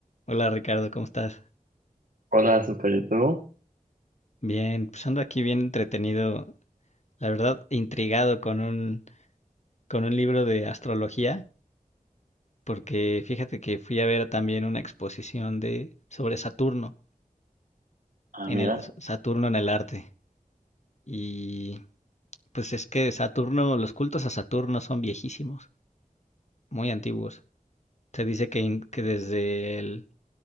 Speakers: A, on the left (about 50°); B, on the right (about 65°).
A: Hola Ricardo, ¿cómo estás?
B: Hola, super YouTube.
A: Bien, pues ando aquí bien entretenido, la verdad intrigado con un, con un libro de astrología, porque fíjate que fui a ver también una exposición de sobre Saturno
B: Ah,
A: en
B: mira.
A: el S- Saturno en el arte y pues es que Saturno, los cultos a Saturno son viejísimos, muy antiguos. Se dice que, in- que desde el-